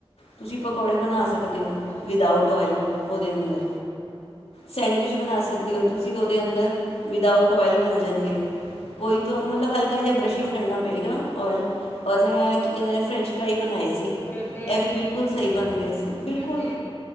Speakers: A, on the left; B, on the left.
A: ਤੁਸੀਂ ਪਕੌੜੇ ਬਣਾ ਸਕਦੇ ਦਿਓ,
B: ਓਕੇ
A: ਵਿਦਊਟ ਔਇਲ ਉਹਦੇ ਅੰਦਰ ਸੈਂਡਵਿਚ ਬਣਾ
B: ਠੀਕ
A: ਸਕਦੇ
B: ਹੈ
A: ਹੋ, ਤੁਸੀਂ
B: ਠੀਕ
A: ਉਹਦੇ
B: ਹੈ
A: ਅੰਦਰ ਵਿਦਊਟ ਔਇਲ ਬਣ ਜਾਣਗੇ, ਕੋਈ ਤੁ ਉਹਨੂੰ ਮਤਲਬ ਹਲਕਾ ਜ ਜਾਂ ਬਰਸ਼ਿੰਗ
B: ਹਾਂ-ਹਾਂ
A: ਕਰਨਾ ਪਏਗਾ ਓਇਲ ਔਰ ਮੈਂ ਕੀ ਕਹਿੰਦਾ ਫਰੈਂਚ ਫਰਾਈ ਬਣਾਈ ਸੀ। ਸੀ
B: ਫੇਰ ਤੇ
A: ਇਹ ਵੀ
B: ਚੀਜ਼
A: ਬਿਲਕੁਲ ਸਹੀ ਬਣ ਗਏ ਸੀ। ਬਿਲਕੁਲ